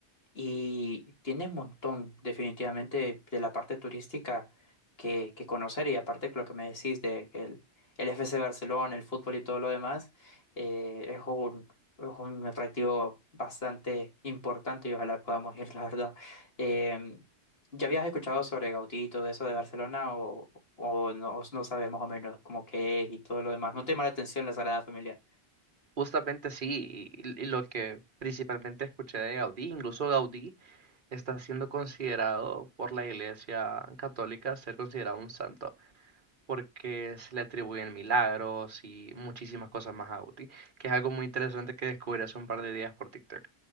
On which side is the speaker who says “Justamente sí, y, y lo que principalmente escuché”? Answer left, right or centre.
Right